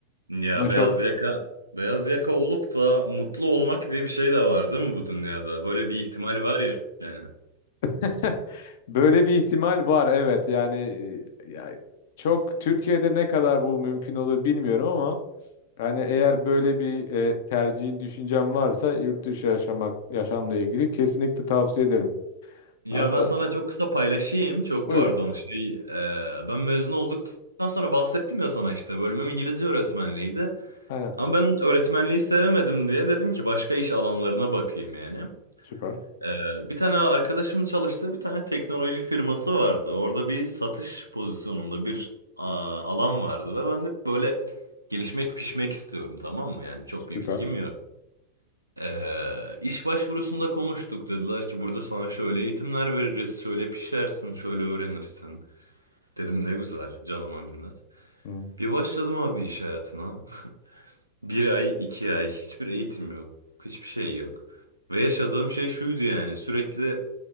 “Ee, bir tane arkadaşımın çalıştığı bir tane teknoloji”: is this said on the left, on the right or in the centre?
Right